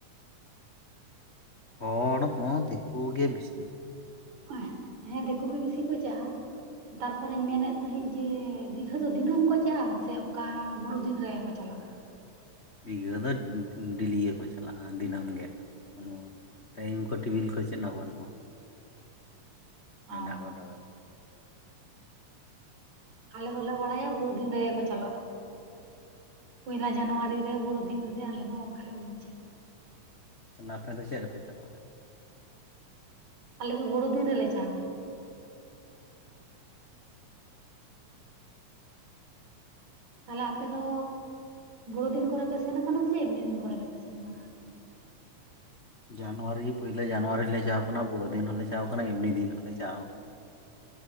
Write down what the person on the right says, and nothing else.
ᱮᱦ ᱦᱮᱸ ᱜᱮ ᱵᱤᱥᱤ ᱪᱟᱜᱼᱟ᱾ ᱛᱟᱨᱯᱚᱨᱮᱧ ᱢᱮᱱᱮᱫ ᱛᱟᱦᱮᱸᱫ ᱡᱮ ᱫᱤᱜᱷᱟᱹ ᱫᱚ ᱫᱤᱱᱟᱹᱢ ᱠᱚ ᱪᱟᱜᱼᱟ ᱥᱮ ᱚᱱᱠᱟ ᱵᱳᱲᱳ ᱫᱤᱱ ᱨᱮ ᱠᱚ ᱪᱟᱞᱟᱜᱼᱟ?
ᱚ
ᱟᱞᱮ ᱫᱚᱞᱮ ᱵᱟᱲᱟᱭᱟ ᱵᱚ ᱫᱤᱱ ᱨᱮᱜᱮ ᱠᱚ ᱪᱟᱞᱟᱜᱼᱟ᱾ ᱯᱚᱭᱞᱟ ᱡᱟᱱᱩᱣᱟᱨᱤ ᱨᱮ ᱵᱚᱲᱚ ᱫᱤᱱ ᱨᱮ ᱟᱞᱮ ᱫᱚ ᱚᱱᱠᱟ ᱞᱮ ᱵᱩᱪᱟ᱾
ᱟᱞᱮ ᱫᱚ ᱵᱚᱲᱚ ᱫᱤᱱ ᱨᱮᱞᱮ ᱪᱟᱣᱞᱮᱱᱟ᱾ ᱛᱟᱦᱚᱞᱮ ᱟᱯᱮ ᱫᱚ ᱵᱚᱲᱚ ᱫᱤᱱ ᱠᱚᱨᱮᱯᱮ ᱥᱮᱱ ᱟᱠᱟᱱᱟ ᱥᱮ ᱮᱢᱱᱤ ᱫᱤᱱ ᱠᱚᱨᱮ ᱜᱮᱯᱮ ᱥᱮᱱ ᱵᱟᱲᱟ ᱟᱠᱟᱱᱟ?